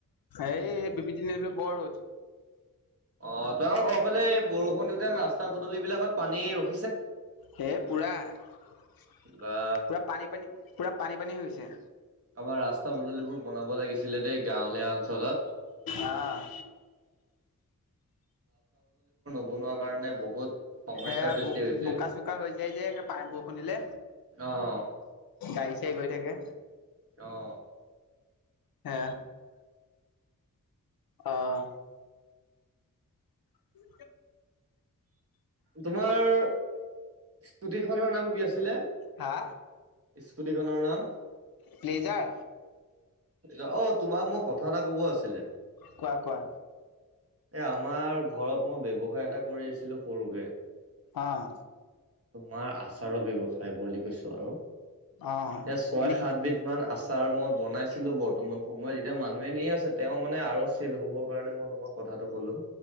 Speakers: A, on the left; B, on the right.
A: এই বিপিতি বলে বৰ ৰত।
B: অ তোম ঘৰ ফালে এই বৰষুণ দিওঁতে ৰাস্তা পদলি বিলাকত পানী ৰখি
A: হে পুৰা পুৰা
B: বা
A: পানী পানী পুৰা পানী পানী হৈছে।
B: আমাৰ ৰাস্তা পদলিবোৰ বনাব লাগিছিলে দেই গাঁৱলীয়া অঞ্চলত
A: আহ
B: বনোৱাৰ কাৰণে বহুত সমস্যাৰ
A: এ
B: সৃষ্টি
A: বোক
B: হৈছে।
A: বোকা চোকা হৈ যায় যে প বৰষুনিলে
B: অ',
A: গাই চাই গৈ থাকে
B: আহ
A: হে অহ উ
B: তোমাৰ স্কুটিখনৰ নাম কি আছিলে
A: হা
B: স্কুটিখনৰ নাম
A: প্লেজাৰ
B: এ অ তোমাক মোক কথা এটা কব আছিলে
A: কোৱা কোৱা
B: এ আমাৰ ঘৰত মই ব্য্ৱসায় এটা কৰি আছিলো সৰুকে
A: অাঁ
B: তোমাৰ আচাৰৰ ব্যৱসায় বুলি কৈছ আৰু
A: অ
B: এ ছয়
A: এনে
B: সাতবিধ মান আচাৰ ছাৰ মই বনাইছিলো বৰ্তমান সময়ত যেতিয়া মানুহে নি আছে তেওঁ মানে আৰু হ'ব কাৰণে মই তোমাক কথাটো ক'লো